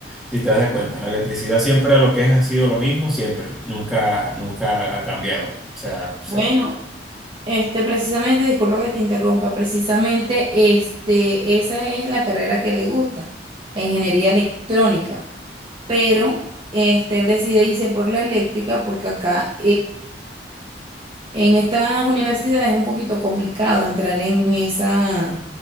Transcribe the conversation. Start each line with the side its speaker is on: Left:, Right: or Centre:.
Centre: si te das de cuenta. La electricidad siempre lo que es ha sido lo mismo, siempre, nunca, nunca ha cambiado. O sea, se-
Right: Bueno, este precisamente, disculpa que te interrumpa, precisamente este, esa es la carrera que le gusta, la ingeniería electrónica. Pero este, él decide irse por la eléctrica porque acá En estas universidades es un poquito complicado entrar en esa,